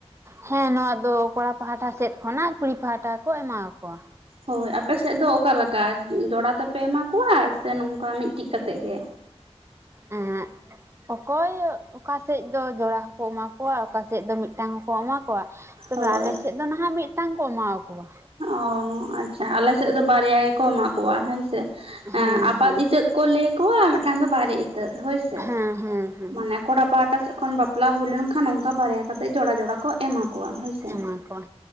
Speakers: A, on the right (about 25°); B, on the right (about 60°).
A: ᱦᱮᱸ ᱱᱚᱣᱟ ᱫᱚ ᱠᱚᱲᱟ ᱯᱟᱦᱟᱴᱟ ᱥᱮᱫ ᱠᱷᱚᱱᱟᱜ ᱠᱩᱲᱤ ᱯᱟᱦᱴᱟ ᱠᱚ ᱮᱢᱟᱠᱚᱣᱟ
B: ᱦᱳᱭ ᱟᱯᱮ ᱥᱮᱫ ᱫᱚ ᱚᱠᱟ ᱞᱮᱠᱟ ᱡᱚᱲᱟ ᱛᱮᱯᱮ ᱮᱢᱟ ᱠᱚᱣᱟ ᱥᱮ ᱱᱚᱝᱠᱟ ᱢᱤᱫᱴᱤᱡ ᱠᱟᱛᱮᱫ ᱜᱮ
A: ᱮᱸᱜ ᱚᱠᱚᱭ ᱚᱠᱟ ᱥᱮᱫ ᱫᱚ ᱡᱚᱲᱟ ᱦᱚᱸᱠᱚ ᱮᱢᱟ ᱠᱚᱣᱟ, ᱚᱠᱟ ᱥᱮᱫ ᱫᱚ ᱢᱤᱫᱴᱟᱝ ᱦᱚᱸ ᱠᱚ ᱮᱢᱟ ᱠᱚᱣᱟ᱾ ᱛᱚᱵᱮ
B: ᱦᱳᱭ
A: ᱟᱞᱮ ᱥᱮᱫ ᱫᱚ ᱱᱟᱦᱟᱜ ᱢᱤᱫᱴᱟᱝ ᱠᱚ ᱮᱢᱟ ᱠᱚᱣᱟ᱾
B: ᱚ ᱟᱪᱪᱷᱟ ᱟᱞᱮ ᱥᱮᱫ ᱫᱚ ᱵᱟᱨᱭᱟ ᱜᱮᱠᱚ ᱮᱢᱟ ᱠᱚᱣᱟ ᱦᱮᱸᱥᱮ ᱮ
A: ᱦᱮᱸ
B: ᱟᱯᱟᱛ
A: ᱦᱮᱸ
B: ᱤᱛᱟᱹᱜ ᱠᱚ ᱞᱟᱹᱭ ᱠᱚᱣᱟ ᱢᱤᱫᱴᱟᱝ ᱫᱚ ᱵᱟᱨᱮ ᱤᱛᱟᱹᱫ ᱦᱳᱭ ᱥᱮ
A: ᱦᱮᱸ ᱦᱮᱸ ᱦᱮᱸ
B: ᱢᱟᱱᱮ ᱠᱚᱲᱟ ᱯᱟᱦᱟᱴᱟ ᱥᱮᱫ ᱠᱷᱚᱱ ᱵᱟᱯᱞᱟ ᱦᱩᱭ ᱞᱮᱱᱠᱷᱟᱱ, ᱚᱱᱠᱟ ᱵᱟᱨᱭᱟ ᱠᱟᱛᱮᱫ ᱡᱚᱲᱟ ᱡᱚᱲᱟ ᱠᱚ ᱮᱢᱟ ᱠᱚᱣᱟ᱾ ᱦᱳᱭᱥᱮ᱾
A: ᱮᱢᱟ ᱠᱚᱣᱟ